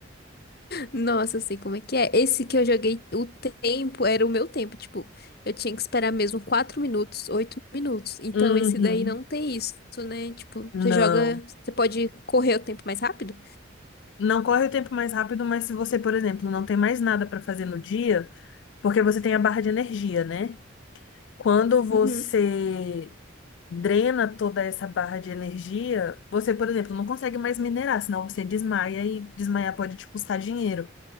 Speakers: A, on the left; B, on the left.
A: Nossa, eu sei como é que é. Esse que eu joguei, o tempo era o meu tempo. Tipo, eu tinha que esperar mesmo 4 minutos, 8 minutos. Então,
B: Uhum.
A: esse daí não tem isso, né? Tipo,
B: Não.
A: você joga, você pode correr o tempo mais rápido.
B: Não corre o tempo mais rápido, mas se você, por exemplo, não tem mais nada pra fazer no dia, porque você tem a barra de energia, né? Quando você
A: Uhum.
B: drena toda essa barra de energia, você, por exemplo, não consegue mais minerar, senão você desmaia e desmaiar pode te custar dinheiro.